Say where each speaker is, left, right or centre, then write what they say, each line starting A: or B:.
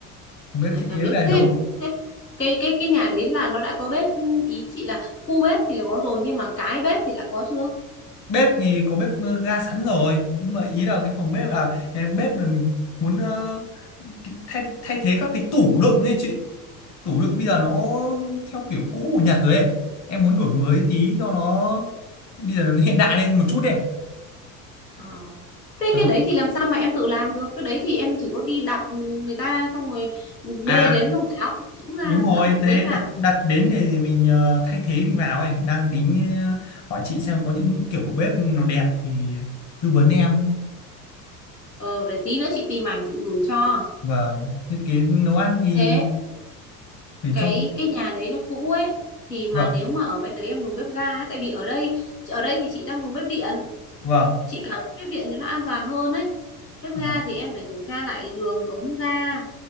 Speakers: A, on the left (about 35°); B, on the left (about 85°).
A: phòng bếp
B: lại
A: thiết
B: cả
A: kế
B: bếp
A: lại
B: thêm
A: nấu
B: thế cái cái cái nhà đấy là nó đã có bếp ý chị là khu bếp thì là có rồi nhưng mà cái bếp thì đã có chưa
A: bếp thì có bếp ờ, ga sẵn rồi nhưng mà ý là cái phòng bếp là cái bếp là mình muốn ờ, cái- thay thay thế các cái tủ đựng ấy chị tủ đựng bây giờ
B: Ừ.
A: nó theo kiểu cũ của Nhật rồi ấy em muốn đổi mới
B: ừ.
A: tí cho nó bây giờ nó hiện đại lên một chút đi
B: Ờ. Thế
A: đó
B: cái đấy thì làm sao mà em tự làm được? Cái đấy thì em chỉ có đi đặt người ta xong rồi bê
A: à
B: đến rồi tháo bộ cũ ra
A: đúng rồi
B: lắp bộ
A: thế
B: mới vào.
A: đặt đặt đến để mình ờ, thay thế mình vào ấy đang tính ờ, hỏi chị xem có những kiểu bếp nó đẹp thì tư vấn em
B: Ờ, để tí nữa chị tìm ảnh chị gửi cho.
A: vâng thiết kế nấu ăn thì
B: Thế
A: để
B: cái
A: cho
B: cái nhà đấy nó cũ ấy thì mà
A: vâng
B: nếu mà ở bên đấy em dùng bếp ga ấy, tại vì ở đây ở đây thì chị đang dùng bếp điện,
A: vâng
B: chị cảm thấy bếp điện thì nó an toàn hơn ấy. Bếp ga
A: à,
B: thì em phải kiểm tra lại đường ống ga